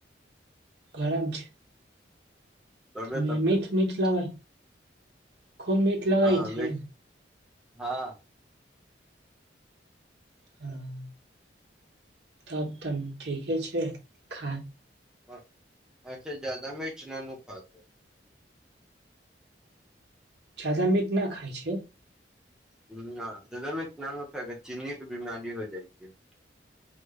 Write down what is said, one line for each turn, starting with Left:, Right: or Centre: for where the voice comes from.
Right: गरम छै
Centre: तबे
Right: तऽ
Centre: तक
Right: मिठ
Centre: खैले छी
Right: मिठ लगै खूब मीठ लगई
Centre: हँ
Right: थै
Centre: मीठ हँ
Right: हँ तब तन ठीके छै खा
Centre: हँ अच्छा ज्यादा मिर्च न नु खातो
Right: जादा मीट न खाइ छै
Centre: ना ज्यादा न नॉनवेज खा के चीनी के बीमारी हो जाए छै